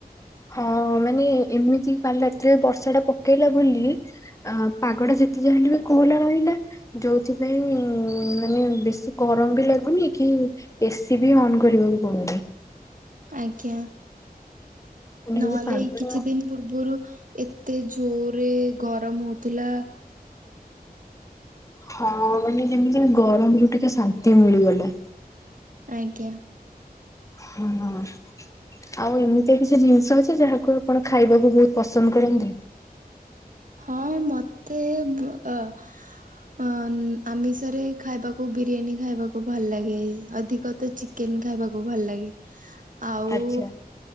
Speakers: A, on the left; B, on the right.
A: ହଁ ମାନେ ଏମିତି କାଲି ରାତିରେ ବର୍ଷା ଟା ପକେଇଲା ବୋଲି ଅ ପାଗଡା ଯେତେ ଯାହା ହେଲେ ବି କୋହଲା ରହିଲା। ଯୋଉଥିପାଇଁ ଉଁ ମାନେ ବେଶୀ ଗରମ ବି ଲାଗୁନି କି ଏସିି ବି ଅନ୍ କରିବାକୁ ପଡୁନି।
B: ଆଜ୍ଞା
A: ମାନେ
B: ନହେଲେ
A: ଏମିତି ପାଗଟା
B: ଏ କିଛି ଦିନ ପୂର ପୁରୁ ଏତେ ଜୋରରେ ଗରମ ହଉଥିଲା।
A: ହଁ ମାନେ ଯେମିତି ଗରମ ରୁ ଟିକେ ଶାନ୍ତି ମିଳିଗଲା।
B: ଆଜ୍ଞା।
A: ହଁ ହଁ। ଆଉ ଏମିତିଆ କିଛି ଜିନିଷ ଅଛି ଯାହାକୁ ଆପଣ ଖାଇବାକୁ ବହୁତ ପସନ୍ଦ କରନ୍ତି?
B: ହଁ ମତେ ବ ଅ ଅ ଆମିଷରେ ଖାଇବାକୁ ବିରିୟାନୀ ଖାଇବାକୁ ଭଲ ଲାଗେ ଅଧିକ ତ ଚି କେନ ଖାଇବାକୁ ଭଲ ଲାଗେ ଆଉ
A: ଆଚ୍ଛା।